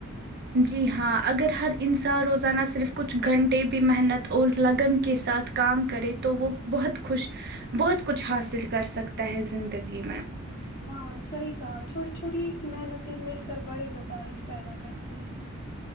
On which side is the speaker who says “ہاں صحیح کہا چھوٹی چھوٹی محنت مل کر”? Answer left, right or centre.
Left